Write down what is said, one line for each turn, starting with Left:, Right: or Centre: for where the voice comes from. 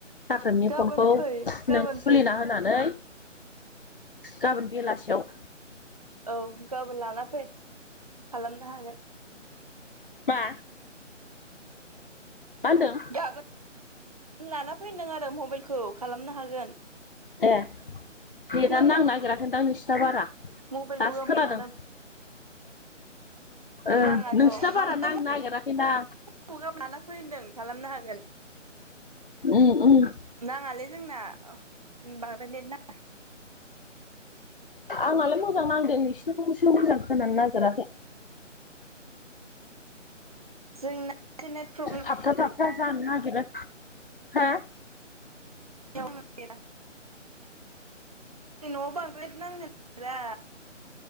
Left: साख्रोरनि
Right: गाबोन
Left: फनखौ
Right: फै गाबोन
Left: नों खुलिना
Right: फै
Left: होन। नानै गाबोन बेलासियाव
Right: औ गाबोन लानानै फै खालामनो हागोन।
Left: मा?
Right: <unintelligible>
Left: मा होनदों?
Right: गाबोन लाना फै होनदों आरो मबाइलखौ खालामनो हागोन।
Left: ए नेटानो
Right: खोनादों
Left: नांनो नागिराखैदां नोंसिना बारा।
Right: मबाइलखौ
Left: दासो
Right: गाबोन
Left: खोनादों
Right: लाना
Left: ओ
Right: नाङाथ'
Left: नोंसिना बारा
Right: माने
Left: नांनो
Right: म
Left: नागिराखैदां
Right: खौ लानाफै होनदों खालामनो हागोन।
Left: उम उम।
Right: नाङालै जोंना बांद्राय नेट नाङा।
Left: आंनालाय मोजां नांदों नोंसिनिखौसो' मोजां खोनानो नागिराखै।
Right: जोंना एसे नेट प्रब्लेम
Left: थाबथा
Right: औ
Left: थाबथा जानो नागिरो हा?
Right: औ जोंनि न'आव बांद्राय नेत नांनो नागिरा।